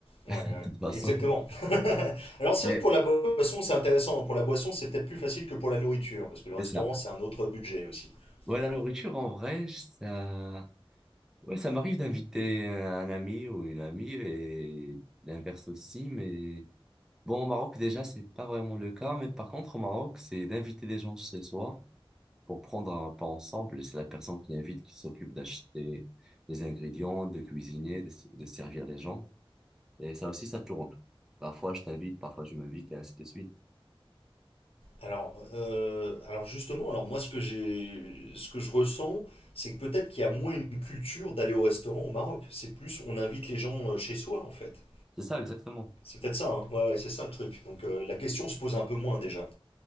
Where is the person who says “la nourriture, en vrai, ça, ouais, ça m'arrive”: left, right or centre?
Centre